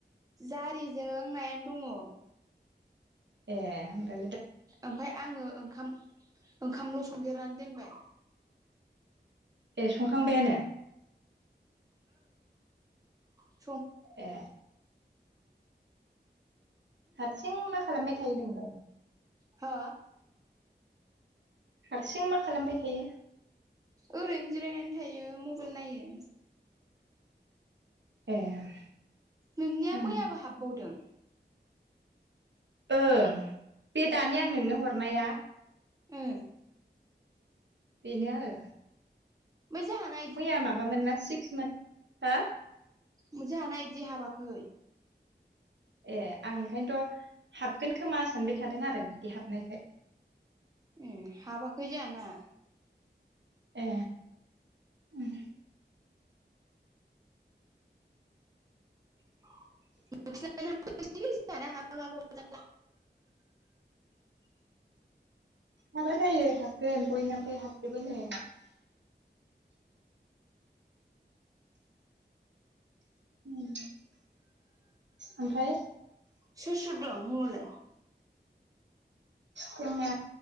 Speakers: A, on the right; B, on the right.
A: जारिजों नायानो दङ
B: ए हामदो
A: ओमफाय आङो ओंखाम ओंखामल' संदेरनानै दोनबाय
B: ए संखांबायानो
A: औ
B: ए हारसिं मा खालामबाय थायो नोंलाय
A: हा
B: हारसिं मा खालामबाय थायो
A: ओरैनो जिरायनानै थायो मबाइल नायो
B: ए
A: नोंनिया
B: उम
A: मैयाबो हाबबावदों
B: ओं बे दानि आं नोंनो हरनाया
A: ओ
B: बेनो आरो
A: ओमफ्राय जाहाना
B: मैया माबामोन ना सिक्समोन हा
A: <unintelligible> हानाय बिदि हाबाखै
B: ए आं ओंखायनोथ' हाबगोन खोमा सानबाय थादों आरो बिदि हाबनायखाय।
A: उम हाबाखै जाहाना।
B: ए उम
A: <inaudible>
B: हाबा जायो हाबगोन बयनाबो हाबजोबोनो ओम ओमफ्राय
A: सोसोर दं मुंहरलाय
B: जोंहा